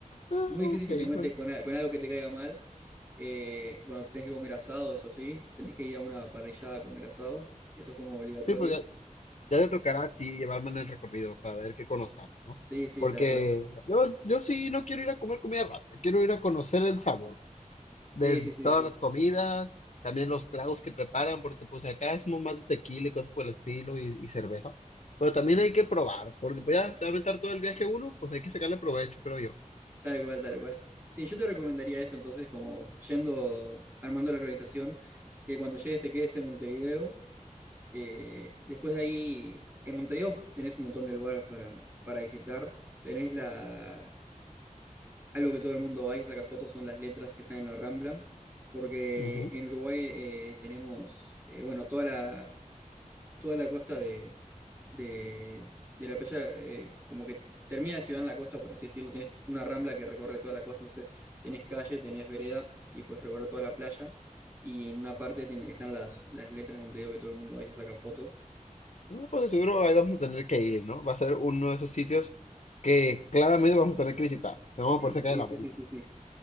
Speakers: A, on the left; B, on the right.
A: Ah,
B: muy difícil
A: ok,
B: que te encuentres
A: son-
B: con, al- con algo que te caiga mal. Eh, bueno, tenés que comer asado, eso sí. Tenés que ir a una parrillada a comer asado. Eso es como obligatorio.
A: sí, pues ya, ya te tocará a ti llevarme en el recorrido para ver qué conozcamos, ¿no?
B: Sí, sí,
A: Porque
B: tal cual.
A: yo, yo sí no quiero ir a comer comida rápida, quiero ir a conocer el sabor, pues,
B: Sí,
A: de
B: sí, sí,
A: todas
B: sí.
A: las comidas, también los tragos que preparan, porque pues acá es mo- más de tequila y cosas por el estilo y, y cerveza, pero también hay que probar, porque pues ya se va a aventar todo el viaje uno, pues hay que sacarle provecho, creo yo.
B: Tal cual, tal cual. Sí, yo te recomendaría eso, entonces, como yendo, armando la organización, que cuando llegues te quedes en Montevideo. Eh, después de ahí, en Montevideo tenés un montón de lugares para, para visitar. Tenés la, Algo que todo el mundo va y saca fotos son las letras que están en la Rambla, porque
A: Ujú.
B: en Uruguay eh, tenemos, eh, bueno, toda la, toda la costa de, de, de la playa, eh, como que termina la ciudad en la costa, por así decirlo, tenés una Rambla que recorre toda la costa, entonces tenés calle, tenés vereda y puedes recorrer toda la playa, y en una parte ten- están las, las letras de Montevideo que todo el mundo va y se saca fotos. <laughs>
A: No, pues de seguro ahí vamos a tener que ir, ¿no? Va a ser uno de esos sitios que claramente vamos a tener que visitar, que vamos a poder sacar
B: Sí,
A: de la
B: sí,
A: vuelta.
B: sí, sí, sí.